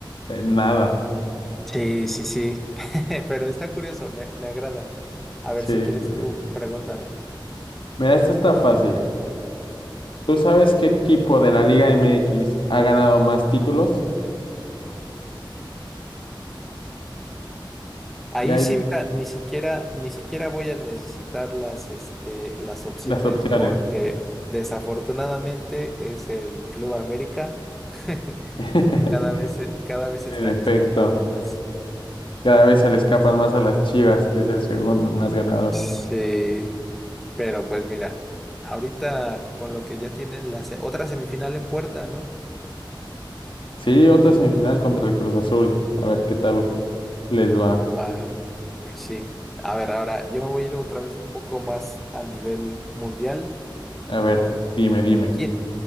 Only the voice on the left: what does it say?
eh, nada.
Sí,
sí,
sí.
Mira, esto está fácil. ¿Tú sabes qué equipo de la Liga MX ha ganado más títulos?
Y hay
las opciones.
<laughs>
En
efecto,
cada vez se le escapan más a las Chivas, que es el segundo más ganador.
Sí, otra semifinal contra el Cruz Azul. A ver qué tal les va.
A ver, dime, dime.